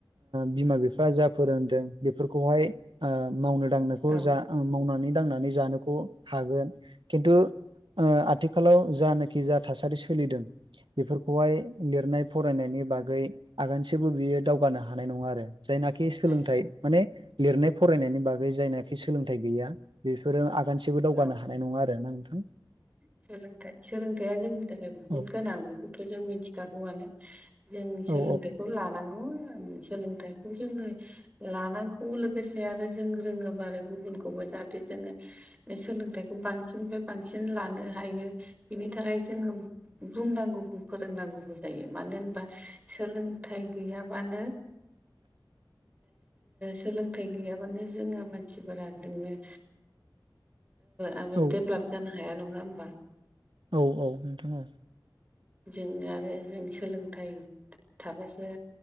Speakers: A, on the right (about 85°); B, on the right (about 20°).
A: बिमा बिफा जा फोरोंदों बेफोरखौहाय मावनो दांनोखौ
B: औ
A: जा मावनानै दांनानै जानोखौ हागोन। खिन्थु आथिखालाव जानाखि जा थासारि सोलिदों बेफोरखौहाय लिरनाय फरायनायनि बागै आगानसेबो बियो दावगानो हानाय नङा आरो। जायनाखि सोलोंथाइ
B: हाया
A: माने लिरनाय फरायनायनि बागै जायनाखि सोलोंथाइ गैया। बेफोर आगानसेबो दावगानो
B: औ
A: हानाय नङा आरोना नोंथां।
B: सोलोंथाइ सोलोंथाइया जोंनि थाखाय बुहुत
A: औ
B: गोनां बेखौथ' जों मिथिखागौवानो। जों सोलोंथाइखौ
A: औ
B: लानांगौ सोलोंथाइखौ जोङो लानांगौ लोगोसे आरो जों रोङोबा आरो गुबुनखौबो जाहाथे जोङो सोलोंथाइखौ बांसिननिफ्राय बांसिन लानो हायो बिनि थाखाय जोङो बुंनांगौबो फोरोंनांगौबो जायो। मानो होनबा सोलोंथाइ गैयाबानो
A: <inaudible>
B: सोलोंथाइ गैयाबानो जोङो मानसिफोरा नोङो आं
A: औ
B: डेभलप जानो हाया नङा होमबा।
A: औ औ नोंथां औ।
B: जों आरो जों सोलोंथाइ थाबासो